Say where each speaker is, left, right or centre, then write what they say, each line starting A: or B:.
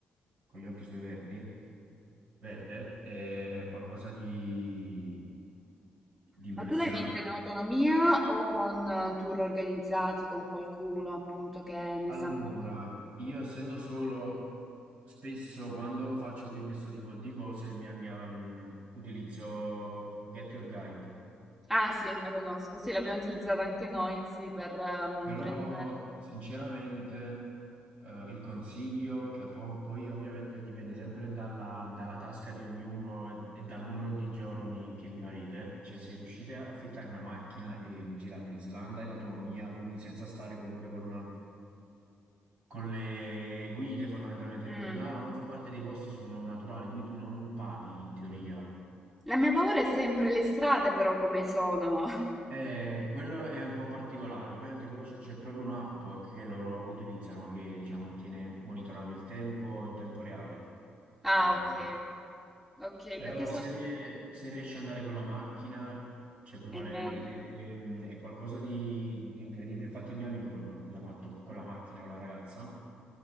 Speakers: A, on the right (about 40°); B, in the centre.
A: con gli occhi suoi verdi. Verde è qualcosa di, di impressionante.
B: Ma tu l'hai vista in autonomia o con eh, tour organizzati con qualcuno appunto che ne
A: Allora,
B: sa meglio del
A: io
B: posto?
A: essendo solo, spesso quando faccio que- questo tipo di cose mi, mi- mm, utilizzo Get Your Guide.
B: Ah sì, la conosco, sì, l'abbiamo utilizzata anche noi, sì, per ehm,
A: Però
B: prenotare.
A: sinceramente eh, il consiglio, che po- poi ovviamente dipende sempre dalla, dalla tasca di ognuno e, e dal numero di giorni che vi farete, cioè se riuscite a affittare una macchina e vi girate l'Islanda in autonomia, quindi senza stare comunque con, con le guide fondamentalmente,
B: Mm.
A: perché là la maggior parte dei posti sono naturali, quindi tu non paghi in teoria.
B: La mia paura è sempre le strade, però, come sono. <laughs>
A: Eh, quello è un po' particolare, ovviamente quello c'è c'è proprio un'app che loro utilizzano che diciamo tiene monitorato il tempo in tempo reale,
B: Ah,
A: fondamentalmente.
B: ok, ok,
A: Però
B: perché sono...
A: se, rie- se riesci ad andare con la macchina, cioè puoi
B: È
A: fare
B: meglio.
A: le- le- è qualcosa di, di incredibile. Infatti il mio amico proprio l'ha fatto con la macchina o la ragazza,